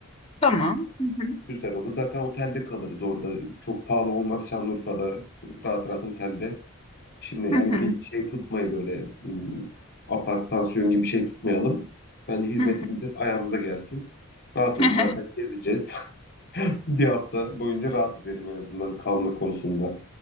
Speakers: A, on the left; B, on the left.
A: Tamam. Hı hı.
B: Güzel olur. Zaten otelde kalırız orada. Çok pahalı olmaz Şanlıurfa'da. Rahat rahat otelde. Şimdi yani
A: Hı hı.
B: bir şey tutmayız öyle hmm, apart pansiyon gibi bir şey tutmayalım. Bence hizmetimizi
A: Hı hı.
B: ayağımıza gelsin. Rahat
A: <laughs>
B: olur zaten gezeceğiz. <laughs> Bir hafta boyunca rahat edelim en azından kalma konusunda.